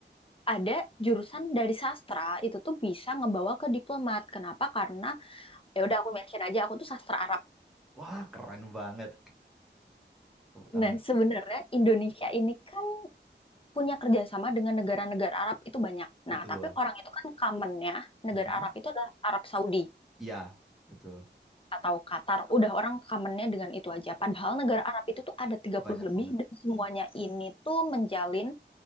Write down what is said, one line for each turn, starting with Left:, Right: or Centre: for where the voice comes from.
Left: ada jurusan dari sastra itu tuh bisa ngebawa ke diplomat. Kenapa? Karena ya udah aku mention aja aku tuh sastra Arab.
Centre: Wah, keren banget. Tepuk tangan.
Left: Nah, sebenarnya Indonesia ini kan punya kerjasama dengan negara-negara Arab itu banyak.
Centre: Betul.
Left: Nah, tapi orang itu kan commonnya negara
Centre: Hmm,
Left: Arab itu adalah Arab Saudi.
Centre: Iya, betul.
Left: atau Qatar, udah orang kamennya dengan itu aja. Padahal negara Arab itu tuh ada tiga
Centre: banyak
Left: puluh lebih
Centre: banget.
Left: dan semuanya ini tuh menjalin